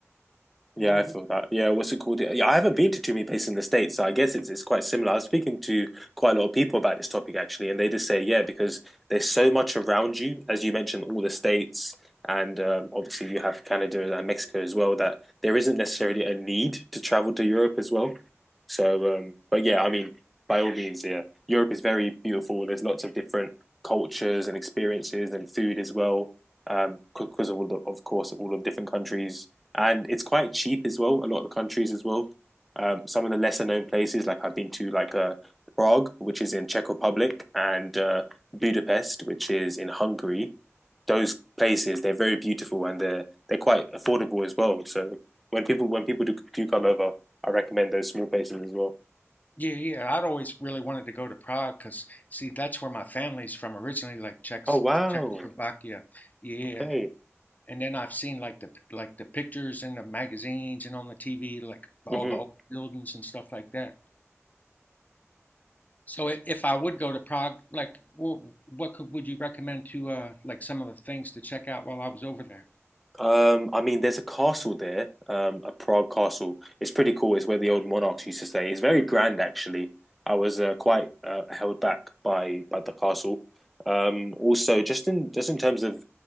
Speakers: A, in the centre; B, on the left (about 35°).
A: Yeah,
B: hmm
A: I feel that. Yeah, what's it called? Yeah, I haven't been to too many places in the States, so I guess it's it's quite similar. I was speaking to quite a lot of people about this topic actually, and they just say, yeah, because there's so much around you, as you mentioned, all the states, and um, obviously you have Canada and Mexico as well, that there isn't necessarily a need to travel to Europe as well. So, um, but yeah, I mean, by all means, yeah, Europe is very beautiful. There's lots of different cultures and experiences and food as well, um, because of all the, of course, all of different countries and it's quite cheap as well. A lot of the countries as well. Um, some of the lesser known places, like I've been to, like uh, Prague, which is in Czech Republic, and uh, Budapest, which is in Hungary. Those places they're very beautiful and they're they're quite affordable as well. So when people when people do, do come over, I recommend those small places as well.
B: Yeah, yeah. I'd always really wanted to go to Prague because, see, that's where my family's from originally, like Czechs
A: Oh wow!
B: Czechoslovakia. Yeah,
A: Okay.
B: And then I've seen like the like the pictures in the magazines and on the TV, like all
A: hmm
B: the old buildings and stuff like that. So if I would go to Prague, like what could would you recommend to uh like some of the things to check out while I was over there?
A: Um, I mean, there's a castle there, um, a Prague castle. It's pretty cool. It's where the old monarchs used to stay. It's very grand, actually. I was uh, quite uh, held back by by the castle. Um, also, just in just in terms of